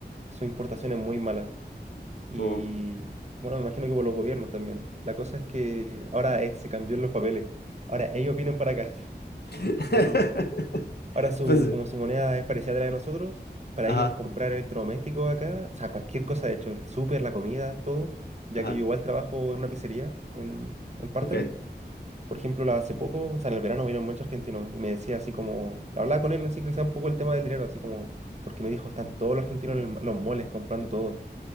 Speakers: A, on the right; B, on the left.
A: su importación es muy mala. Y
B: oh.
A: bueno, me imagino que por los gobiernos también. La cosa es que ahora eh, se cambió los papeles. Ahora ellos vienen para acá. <laughs>
B: <laughs>
A: Ya como el, ahora su,
B: Pues,
A: como su moneda es parecida a la de nosotros, para
B: ajá,
A: ellos comprar electrodomésticos acá, o sea, cualquier cosa, de hecho, el súper, la comida, todo, ya
B: ajá,
A: que yo igual trabajo en una pizzería en, en part-time.
B: ok.
A: Por ejemplo, la- hace poco, o sea, en el verano vinieron muchos argentinos y me decía así como, hablaba con él así quizá un poco el tema del dinero, así como, porque me dijo, están todos los argentinos en el- los moles comprando todo